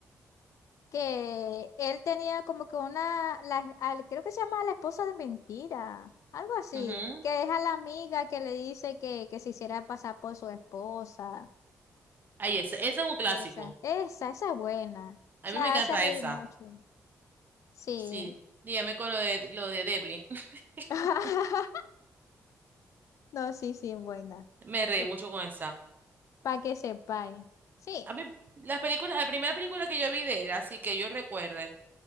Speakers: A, on the left (about 70°); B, on the right (about 35°).
A: que él tenía como que una, la, al- creo que se llama la esposa de mentira, algo así,
B: Ujú.
A: que es a la amiga que le dice que, que se hiciera pasar por su esposa.
B: Ahí esa, esa es un clásico.
A: Esa, esa, esa es buena. O
B: A
A: sea,
B: mí me encanta
A: hace reír
B: esa.
A: mucho. Sí.
B: Sí. Dígame con lo de lo de Devlin. <laughs>
A: <laughs> No, sí, sí, buena.
B: Me reí
A: Sí.
B: mucho con esa.
A: para que sepáis. Sí.
B: A mí, las películas,
A: y-
B: la primera película que yo vi de él, así que yo recuerde.